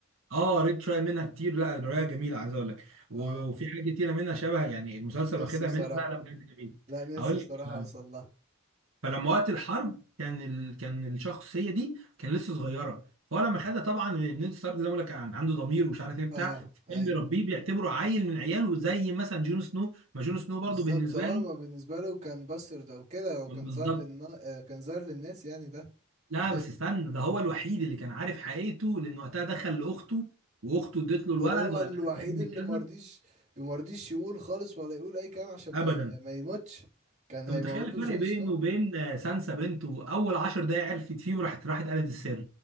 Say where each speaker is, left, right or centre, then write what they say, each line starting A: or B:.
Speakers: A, on the right; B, on the right.
A: اه قريت شويه منها كتير لا روايه جميله عايز اقول لك و-
B: اه
A: وفي حاجات كتيره منها شبه يعني المسلسل
B: نفسي
A: واخدها
B: بصراحة
A: منها لا لا بجد جميل
B: لا نفسي
A: اقول
B: بصراحة
A: لك آه،
B: اوصل لها
A: فلما وقت الحرب كان ال... كان الشخصيه دي كان لسه صغيره فهو لما خدها طبعا نيد ستارك زي ما بقول لك كان عنده ضمير ومش عارف ايه بتاع
B: اه
A: كان
B: ايوه
A: بيربيه بيعتبره عيل من عياله زي مثلا جون سنو ما جون سنو
B: بالظبط
A: برضو بالنسبه
B: اه
A: له
B: ما بالنسبة له كان باسترد او كده او
A: بالظبط
B: كان ظاهر للنا... آه، كان ظاهر للناس يعني ده
A: لا بس
B: ايوه
A: استنى ده هو الوحيد اللي كان عارف حقيقته لان وقتها دخل لاخته واخته ادت له الولد
B: وهو
A: وقال
B: الوحيد
A: لها ده ابن
B: اللي
A: كذا
B: مرضيش مرضيش يقول خالص ولا يقول اي كلام عشان ما
A: ابدا
B: ي- ما يموتش كان هيموته
A: انت متخيل الفرق
B: جون
A: بينه
B: سنو
A: وبين
B: <laughs>
A: آه، سانسا بنته اول 10 دقايق عرفت فيه وراحت راحت قالت السر